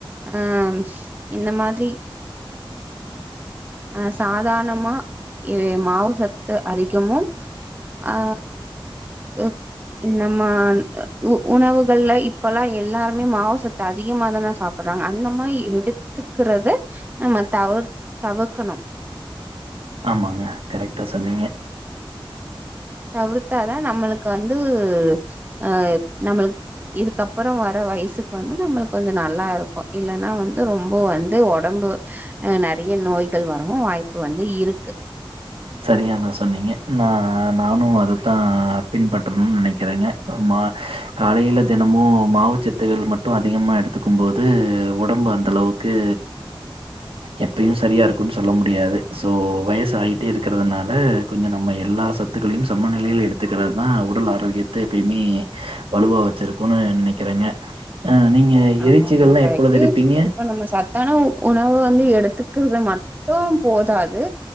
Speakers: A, on the right; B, on the right.
A: ஆம்ஸ் இந்த மாதிரி அ சாதாணமா இது மாவு சத்து அதிகமும் அ வு இந்த மா உணவுகள்ல இப்பெல்லா எல்லாருமே மாவுசத்த அதிகமா தான சாப் அப்ரோ அந்த மாதி எடுத்துக்குறத நம்ம தவக்கணு
B: ஆமாங்க கரெக்ட்டா சொன்னீங்க
A: தவுத்தா தா நம்மளுக்கு வந்து அ நம்மள் இதுக்கப்பற வர வயசுக்கு வந்து நம்மளுக்கு கொஞ்ச நல்லா இருக்கு இல்லன்னா வந்து ரொம்ப வந்து வொடம்பு அ நெறைய நோய்கள் வரவு வாய்ப்பு வந்து இருக்கு
B: செரியா தா சொன்னீங்க நா நானு அதத்தா பின்பற்றணு நெனைக்கிறேங்க அம்மா காலைல தினமு மாவு சத்துகள் மட்டு அதிகமா எடுத்துக்கு போ வந்து வொடம்பு அந்த அளவுக்கு எப்பயு செரியா இருக்குன்னு சொல்ல முடியாது ஸோ வயசாயி ட்டி இருக்குறதுனால கொஞ்ச நம்ம எல்லா சத்துக்களையும் சமநிலையில் எடுத்துக்குறது தா உடல் ஆரோக்கியத் தே எப்பயுமே வலுவா வச்சுருக்குனு நெனைக்கிறேங்க அ நீங்க இறைச்சிகள்
A: ஆமா ஆமா
B: எல்லா
A: கரெக்ட்டு
B: எப்பொழுது எடுப்பீங்க
A: இப்ப நம்ம சார் தனவ் உணவு வந்து எடுத்துக்குறது மட்டும் போதாது